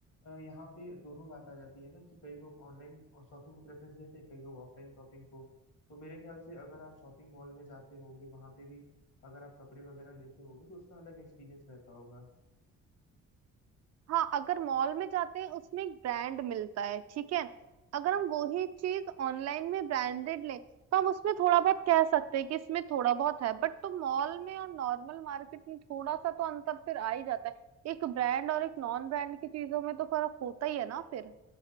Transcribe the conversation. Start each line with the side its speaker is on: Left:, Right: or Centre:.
Left: अ, यहाँ पे दोनों बात आ जाती है ना कि कई लोग ऑनलाइन शॉपिंग को प्रेफरेंस देते हैं कई लोग ऑफलाइन शॉपिंग को तो मेरे ख्याल से अगर आप शॉपिंग मॉल में जाते होगे वहां पे भी अगर आप कपड़े वगैरह लेते होगे तो उसका अलग एक्सपीरियंस रहता होगा
Right: हाँ अगर मॉल में जाते हैं उसमें एक ब्रांड मिलता है ठीक है अगर हम वही चीज ऑनलाइन में ब्रांडेड लें तो हम उसमें थोड़ा बहुत कह सकते हैं कि इसमें थोड़ा बहुत है बट तो मॉल में और नॉर्मल मार्केट में थोड़ा सा तो अंतर फिर आ ही जाता है एक ब्रांड और एक नॉन ब्रांड की चीजों में तो फर्क होता ही है ना फिर